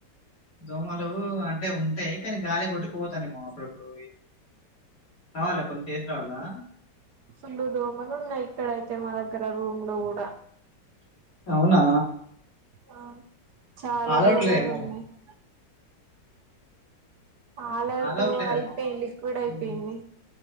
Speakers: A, on the left (about 50°); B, on the right (about 65°).
A: దోమలు అంటే ఉంటాయి కానీ గాలికి కొట్టుకుపోతానేేమో అప్పుడప్పుడు కావాలా కొన్ని తీసుకురావాలా
B: ఫుల్లు దోమలు ఉన్నాయ్ ఇక్కడయితే మా దగర రూమ్ లో గూడా
A: అవునా
B: ఆ చాలా
A: ఆల్
B: దోమలు
A: అవుట్ లేదేమో
B: ఉన్నాయ్ <inaudible> ఆలౌటు
A: ఆల్ అవుట్ లేదేమో
B: అయిపోయింది లిక్విడ్ అయిపోయింది
A: ఉమ్,